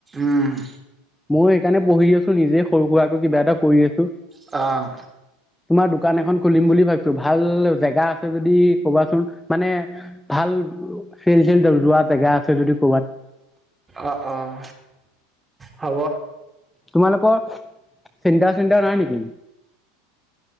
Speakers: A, on the right (about 15°); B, in the centre.
A: উম
B: মই সেইকাৰণে পঢ়ি আছো, নিজেই সৰু সুৰাকৈ কিবা এটা কৰি আছো।
A: অ'
B: তোমাৰ দোকান এখন খুলিম বুলি ভাবিছো, ভাল জেগা আছে যদি ক'বাচোন, মানে ভাল চেল চেল যোৱা জেগা আছে যদি ক'বাত।
A: অঁ অঁ হ'ব।
B: তোমালোকৰ চেণ্টাৰ চেণ্টাৰ নাই নেকি?